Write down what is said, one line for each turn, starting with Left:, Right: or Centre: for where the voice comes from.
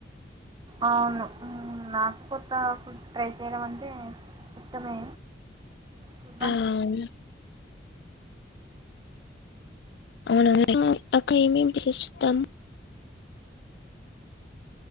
Right: అవును నాకు కొత్త ఫుడ్ ట్రై చేయడం అంటే ఇష్టమే చూద్దాం
Left: ఆ! అవును. అవునవు అక్కడ ఏమి ఇష్టం